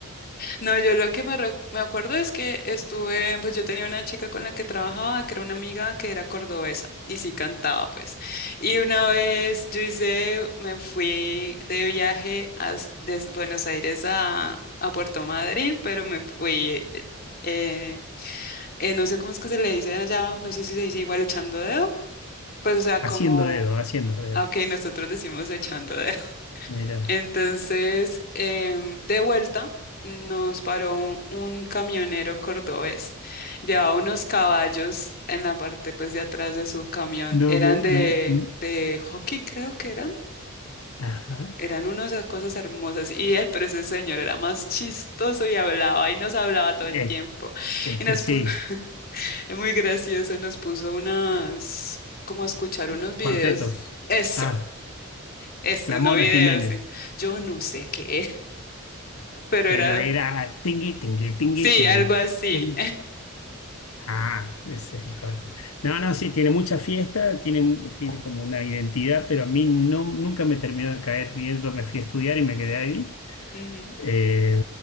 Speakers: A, on the left (about 45°); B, on the left (about 75°).
A: No, yo lo que me, re- me acuerdo es que estuve, pues yo tenía una chica con la que trabajaba, que era una amiga que era cordobesa y sí cantaba, pues. Y una vez yo hice, me fui de viaje as- desde Buenos Aires a, a Puerto Madryn, pero me fui, eh, eh, eh, no sé cómo es que se le dice allá, no sé si se dice igual echando dedo, pues o sea,
B: Haciendo
A: como,
B: dedo, haciendo dedo.
A: aunque nosotros decimos echando dedo.
B: Mira.
A: Entonces, em, de vuelta, nos paró un, un camionero cordobés. Llevaba unos caballos en la parte pues, de atrás de su camión.
B: No
A: Eran
B: me,
A: de,
B: no. mm,
A: de hockey, creo que eran.
B: Ajá.
A: Eran unas cosas hermosas. Y él, pero ese señor era más chistoso y hablaba y nos hablaba todo
B: Eh,
A: el tiempo.
B: es
A: Y
B: que
A: nos
B: sí,
A: puso, <laughs> es muy gracioso, nos puso unas, como a escuchar
B: cu-
A: unos
B: cuartetos.
A: videos. Eso,
B: Ah,
A: eso,
B: la
A: no
B: Mona
A: videos.
B: Jiménez.
A: en- Yo no sé qué, era, pero era.
B: Pero era tingui, tingui, tingui,
A: Sí,
B: tingui,
A: algo así.
B: tingui. Ah, ese es el cor- No, no, sí, tiene mucha fiesta, tiene, un- tiene
A: <laughs>
B: como una identidad, pero a mí no, nunca me terminó de caer bien. Yo me fui a estudiar y me quedé ahí.
A: Ujú.
B: Eh,